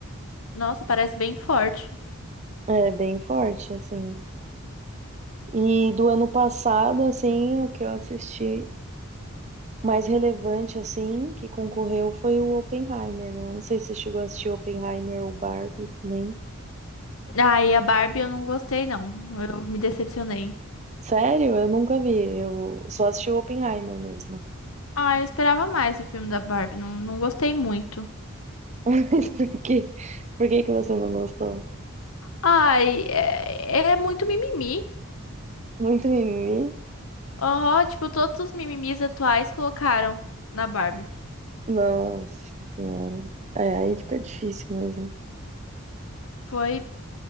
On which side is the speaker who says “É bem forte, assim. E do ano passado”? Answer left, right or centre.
Right